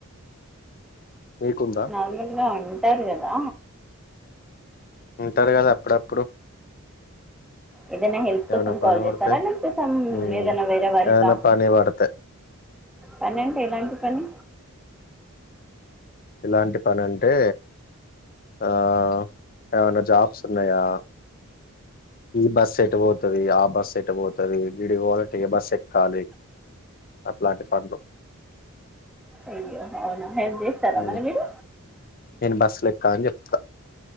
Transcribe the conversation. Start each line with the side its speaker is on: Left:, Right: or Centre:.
Left: మీకుందా?
Centre: నార్మల్గా ఉంటారు కదా
Left: ఉంటారు కదా అప్పుడప్పుడు
Centre: ఏదైనా హెల్ప్ కోసం
Left: ఏమైనా
Centre: కాల్
Left: పని
Centre: చేస్తారా
Left: పడితే.
Centre: లేపోతే సమ్
Left: హ్మ్.
Centre: ఏదైనా వేరే వర్క్
Left: ఏదైనా
Centre: ఆ
Left: పని పడతాయి
Centre: పని అంటే ఎలాంటి పని
Left: ఇలాంటి పని అంటే ఆ ఏవన్నా జాబ్స్ ఉన్నాయా ఈ బస్ ఎటు పోతది ఆ బస్ ఎట్ టు పోతది ఈడికి పోవాలి అంటే ఏ బస్ ఎక్కాలి అట్లాంటి పనులు
Centre: అయ్యా అవునా హెల్ప్ చేస్తారా
Left: ఉమ్
Centre: మరి మీరు
Left: నేను బస్సు లెక్కా అని చెప్తా